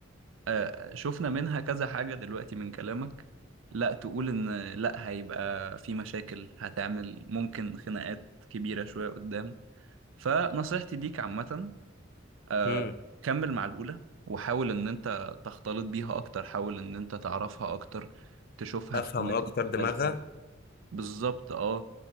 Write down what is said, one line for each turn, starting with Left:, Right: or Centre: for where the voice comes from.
Right: آه، شفنا منها كذا حاجة دلوقتي من كلامك لا تقول إن لا هيبقى في مشاكل هتعمل ممكن خناقات كبيرة شوية قدام فنصيحتي ليك عامة آه،
Left: امم
Right: كمل مع الأولى وحاول إن أنت تختلط بيها أكتر حاول إن أنت تعرفها أكتر تشوفها
Left: افهم
Right: في أماكن
Left: اكتر
Right: مختلفة
Left: دماغها
Right: بالظبط أه